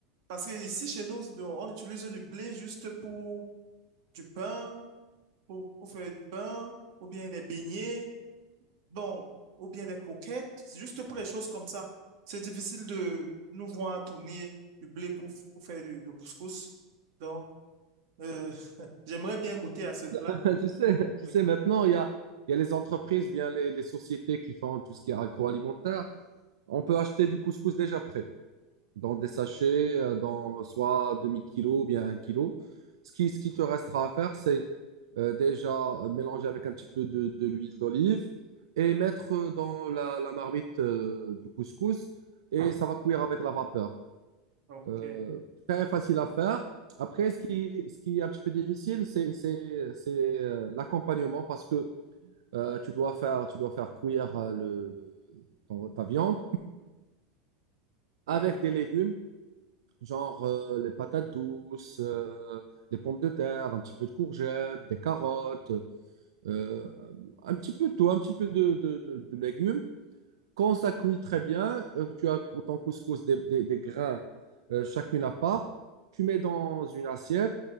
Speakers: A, on the right; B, on the right.
A: parce que ici, chez nous, on utilise du blé juste pour du pain pour, pour faire le pain, ou bien les beignets, bon, ou bien les croquettes, c'est juste pour les choses comme ça. C'est difficile de nous voir tourner du blé pour, pour faire du, le couscous. Donc, euh, <laughs> j'aimerais bien goûter à ce plat.
B: <laughs> Tu sais, tu
A: Oui.
B: sais, maintenant, il y a, il y a les entreprises ou bien les, les sociétés qui font tout ce qui est agroalimentaire. On peut acheter du couscous déjà prêt, dans des sachets, euh, dans soit demi-kilo ou bien un kilo. Ce qui, ce qui te restera à faire, c'est euh, déjà euh, mélanger avec un petit peu de, de l'huile d'olive et mettre euh, dans la, la marmite euh, du couscous et ça va cuire avec la vapeur.
A: Ok.
B: Euh, très facile à faire. Après, ce qui, ce qui est un petit peu difficile, c'est c'est- c'est, euh, l'accompagnement parce que euh, tu dois faire, tu dois faire cuire euh, le, le- ton- ta viande
A: Ah,
B: avec des légumes, genre euh, les patates douces, euh, les pommes de terre, un petit peu de courgettes, des carottes, euh, un petit peu de tout, un petit peu de, de- de- de légumes. Quand ça cuit très bien, euh, tu as ton couscous des, des- des grains euh, chacune à part, tu mets dans une assiette,